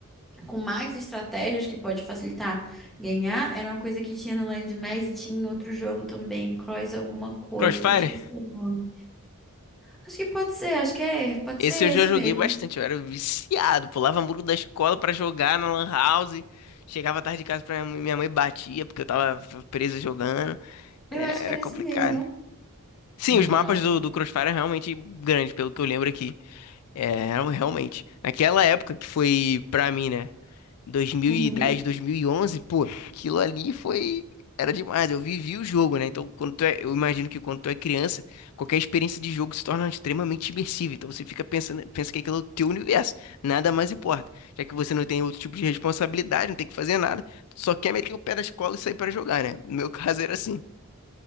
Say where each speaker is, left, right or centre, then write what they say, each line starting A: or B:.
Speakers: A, in the centre; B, on the left (about 80°).
A: com mais estratégias que pode facilitar ganhar, era uma coisa que tinha no Land Mass e tinha em outro jogo também, Cross alguma coisa,
B: Crossfire?
A: que eu esqueci o nome. Acho que pode ser, acho que é, pode
B: Esse
A: ser esse
B: eu já joguei
A: mesmo.
B: bastante, eu era viciado, pulava muro da escola pra jogar na Lan House, chegava tarde de casa pra minha mãe, minha mãe batia porque eu tava presa jogando. É,
A: Eu acho que
B: Era
A: era
B: complicado.
A: esse mesmo.
B: Sim,
A: É,
B: os mapas
A: nossa.
B: do,
A: né?
B: do Crossfire é realmente grande, pelo que eu lembro aqui. É, eram realmente. Naquela época que foi pra mim, né? 2010,
A: Uhum.
B: 2011, pô, aquilo ali foi. Era demais. Eu vivi o jogo, né? Então, quando tu é... eu imagino que quando tu é criança, qualquer experiência de jogo se torna extremamente imersiva. Então, você fica pensando, pensa que aquilo é o teu universo. Nada mais importa. Já que você não tem outro tipo de responsabilidade, não tem que fazer nada, só quer meter o pé na escola e sair pra jogar, né? No meu <laughs> caso era assim.